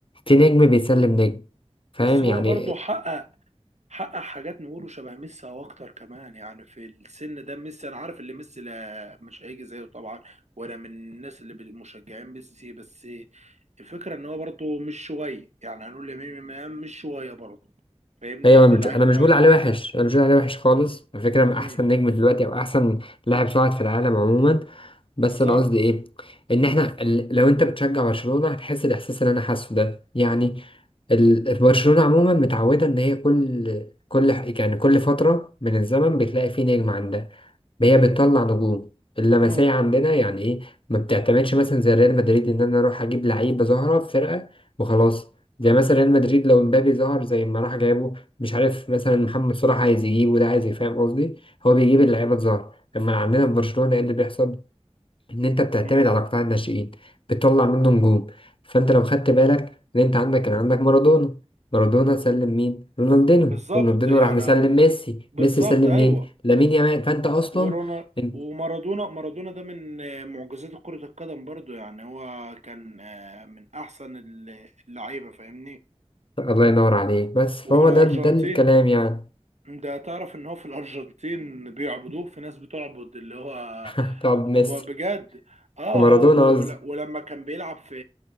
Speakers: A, on the left; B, on the right.
A: في نجم بيسلم نجم فاهم
B: بس هو
A: يعني
B: برضه حقق حقق حاجات نقوله شبه ميسي او اكتر كمان يعني في السن ده ميسي انا عارف ان ميسي لا مش هيجي زيه طبعا ولا من الناس اللي مشجعين ميسي بس الفكره ان هو برضه مش شويه يعني هنقول لامين يامال مش شويه برضه فاهمني
A: ايوه
B: يعني
A: انا
B: لعيب
A: مش انا
B: كويس
A: مش بقول عليه وحش انا مش بقول عليه وحش خالص على فكره من احسن
B: مم.
A: نجم دلوقتي او احسن لاعب صاعد في العالم عموما بس
B: بالظبط
A: انا قصدي ايه ان احنا ال- لو انت بتشجع برشلونه هتحس الاحساس اللي انا حاسه ده يعني ال- برشلونه عموما متعوده ان هي كل كل يعني كل فتره من الزمن بتلاقي فيه نجم عندها هي بتطلع نجوم اللمسيه
B: مم.
A: عندنا يعني ايه ما بتعتمدش مثلا زي ريال مدريد ان انا اروح اجيب لعيبه ظاهره في فرقه وخلاص زي مثلا ريال مدريد لو امبابي ظهر زي ما راح جايبه مش عارف مثلا محمد صلاح عايز يجيبه ده عايز يفهم قصدي هو بيجيب اللعيبه الظاهره لما عندنا في برشلونه ايه اللي بيحصل ان انت بتعتمد
B: مم.
A: على قطاع الناشئين بتطلع منه نجوم فانت لو خدت بالك ان انت عندك كان عندك مارادونا مارادونا سلم مين رونالدينو
B: بالظبط
A: رونالدينو
B: يعني
A: راح مسلم ميسي
B: بالظبط
A: ميسي سلم
B: ايوه
A: مين لامين يامال فانت اصلا
B: ورونا
A: انت
B: ومارادونا مارادونا ده من آه، معجزات كرة القدم برضو يعني هو كان آه، من أحسن ال- اللعيبة فاهمني
A: الله ينور عليك بس فهو
B: وفي الأرجنتين
A: ده ده الكلام يعني
B: ده تعرف إن هو في الأرجنتين بيعبدوه في ناس بتعبد اللي هو
A: <laughs> طب ميسي
B: هو بجد اه
A: ومارادونا
B: هو
A: قصدي
B: ول- ولما كان بيلعب في